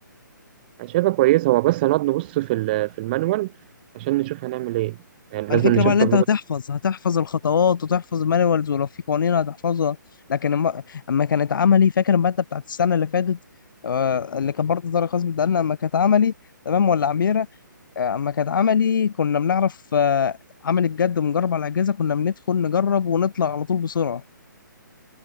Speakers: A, on the right; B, on the left.
A: انا شايفها كويس هو بس هنقعد نبص في ال- في المانوال عشان نشوف هنعمل ايه يعني لازم
B: الفكرة
A: نشوف
B: بقى ان
A: تجربه
B: انت هتحفظ هتحفظ الخطوات وتحفظ المانيوالز ولو في قوانين هتحفظها لكن اما أما كانت عملي فاكر المادة بتاعت السنة اللي فاتت آه، اللي كان برضه درجة خاص بالدقن اما كانت عملي تمام ولا عميرة آه، اما كانت عملي كنا بنعرف آه، عمل الجد ونجرب على الأجهزة كنا بندخل نجرب ونطلع على طول بسرعة